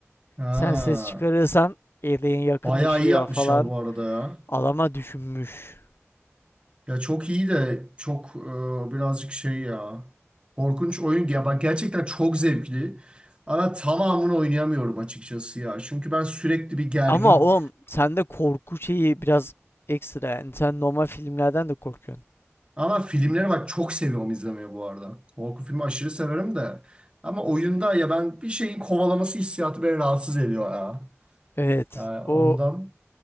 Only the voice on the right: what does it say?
Ha.
Bayağı iyi yapmış
ya bu arada ya.
Ya çok iyi de çok e, birazcık şey ya. Korkunç oyun ya. Bak gerçekten çok zevkli. Ama tamamını oynayamıyorum açıkçası ya. Çünkü ben sürekli bir gergin
Ama filmleri bak çok seviyorum izlemeyi bu arada. Korku filmi aşırı severim de. Ama oyunda ya ben bir şeyin kovalaması hissiyatı beni rahatsız ediyor ya.
Yani
ondan.